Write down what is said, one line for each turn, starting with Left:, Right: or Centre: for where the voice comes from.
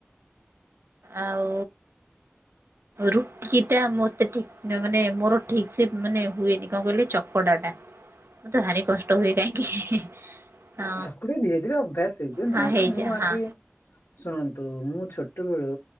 Right: ଆଉ ରୁଟିଟା ମତେ ଠିକ ମାନେ ମୋର ଠିକସେ ମାନେ ହୁଏନି କଣ କହିଲେ ଚକଟାଟା। ମତେ ଭାରି କଷ୍ଟ ହୁଏ କାହିଁକି? ହଁ
Left: ଝକୁଡି ଧୀରେ ଧୀରେ ଅଭ୍ୟାସ ହେଇଯିବ
Right: ହଁ
Left: ନୂଆ
Right: ହେଇଯା
Left: ନୂଆ ମୁଁ
Right: ହଁ
Left: ଆଗେ ଶୁଣନ୍ତୁ ମୁଁ ଛୋଟବେଳୁ